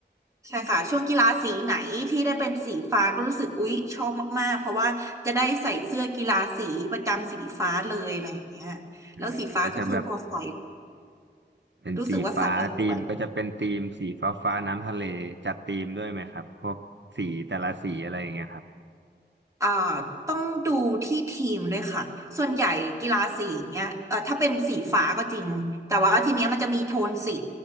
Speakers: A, on the right; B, on the right.
A: ใช่ค่ะช่วงกีฬาสีไหนที่ได้เป็นสีฟ้าก็รู้สึกอุ๊ยชอบมากๆเพราะว่าจะได้ใส่เสื้อกีฬาสีประจำสีฟ้าเลยอะไรอย่างเงี้ย
B: อืมก็จะแบบ
A: แล้วสีฟ้าก็คือพอใส่
B: เป็นสีฟ้าธีมก็จะเป็นธีมสีฟ้าฟ้าน้ำทะเลจัดธีมด้วยไหมครับพวกสีแต่ละสีอะไรอย่างเงี้ยครับ
A: รู้สึกว่าใส่แล้วสวย อ่าต้องดูที่ทีมด้วยค่ะ ส่วนใหญ่กีฬาสีเนี้ยเออถ้าเป็นสีฟ้าก็จริง แต่ว่าทีเนี้ยมันจะมีโทนสี